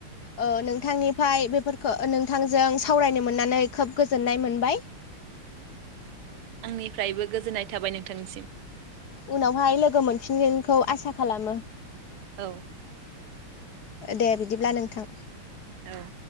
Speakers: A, on the left; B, on the right.
A: ओ नोंथांनिफाय बेफोरखौ नोंथांजों सावरायनो मोननानै खोब गोजोननाय मोनबाय।
B: आंनिफ्रायबो गोजोननाय थाबाय नोंथांनिसिम।
A: उनावहाय लोगो मोनफिनगोनखौ आसा खालामो।
B: औ
A: दे बिदिब्ला नोंथां।
B: औ